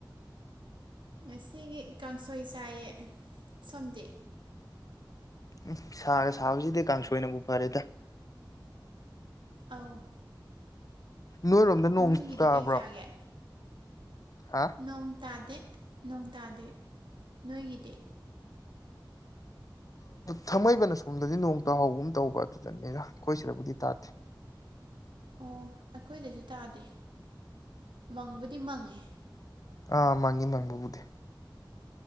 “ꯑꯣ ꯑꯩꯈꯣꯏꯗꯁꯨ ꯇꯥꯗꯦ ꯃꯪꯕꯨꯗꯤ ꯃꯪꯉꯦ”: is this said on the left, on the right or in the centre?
Right